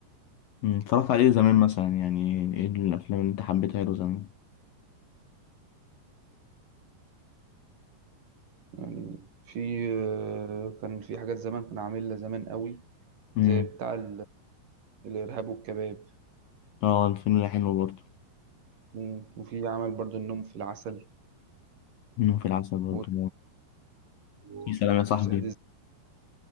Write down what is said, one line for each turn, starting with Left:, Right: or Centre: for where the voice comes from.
Left: مم، اتفرجت عليه زمان مثلا يعني ايه الافلام اللي انت حبيتها له زمان
Right: يعني في آه، كان في حاجات زمان كان عاملها زمان قوي
Left: امم
Right: زي بتاع ال- الإرهاب والكباب
Left: اه الفيلم ده حلو برضه
Right: مم. وفي عمل برضو النوم في العسل
Left: منهم في العسل برضه
Right: و- وصحة
Left: يا سلام يا صاحبي
Right: الز-